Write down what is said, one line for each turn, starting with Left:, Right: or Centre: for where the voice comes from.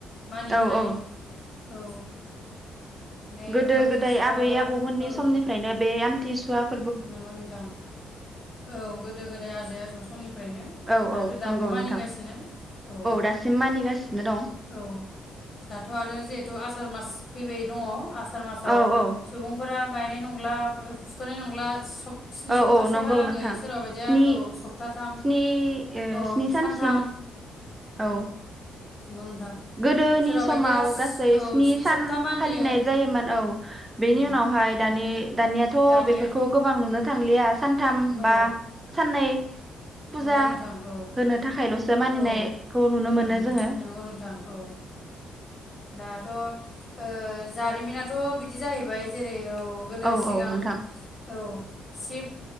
Left: मानिबोनाय
Right: औ औ
Left: औ माने
Right: गोदो-गोदाय
Left: आमथिसुवा
Right: आबै आबौमोननि
Left: औ
Right: समनिफ्रायनो बे आम थिसुवा
Left: नंगौ नोंथां औ गोदो-गोदाय आजै आजौ समनिफ्रायनो
Right: औ
Left: आरो
Right: औ
Left: दाबो
Right: नंगौ
Left: मानिगासिनो
Right: नोंथां
Left: औ
Right: दासिम मानिगासिनो दं
Left: औ दाथ' आरो जिहेथु आसार मास फैबाय दङ आस आसार मासाव
Right: औ औ
Left: सुबुंफोरा गायनाय नंला फुथनाय नंला नंला सब स्नि
Right: औ
Left: सप्तासेहालागै
Right: औ नंगौ नोंथांनि
Left: सोरबा बायदिया औ
Right: स्नि
Left: सप्ताथाम
Right: स्नि
Left: औ
Right: स्नि सानसिम
Left: सानथाम
Right: औ
Left: नंगौ नोंथां
Right: गोदोनि
Left: सोरबा
Right: समाव
Left: बायदिया
Right: गासै
Left: औ
Right: स्नि सान
Left: सप्ता मानियो
Right: फालिनाय जायोमोन औ बेनि
Left: उम
Right: उनावहाय दानि दानियाथ
Left: दानियाथ'
Right: बेफोरखौ गोबां नुनो थांलिया सानथाम बा
Left: औ
Right: साननै फुजा
Left: नंगौ नोंथां औ
Right: होनो थाखायलसो मानिनायखौ
Left: औ
Right: नुनो मोनो
Left: उम
Right: जोङो।
Left: नंगौ नोंथां औ दाथ' ओ जारिमिनाथ बिदि जाहैबाय जेरै औ गोदो
Right: औ
Left: सिगां
Right: औ नोंथां
Left: औ सिब